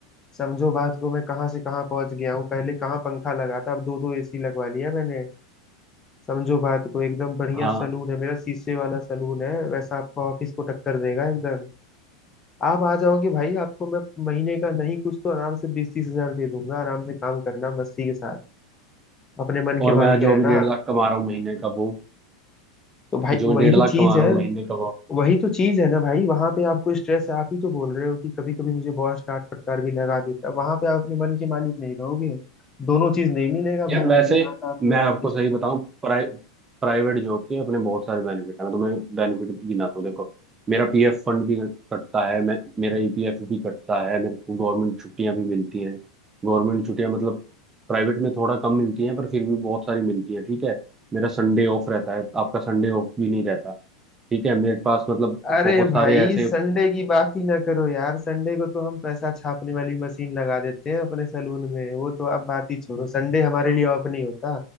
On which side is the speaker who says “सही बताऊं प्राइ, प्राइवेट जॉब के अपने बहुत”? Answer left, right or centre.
Right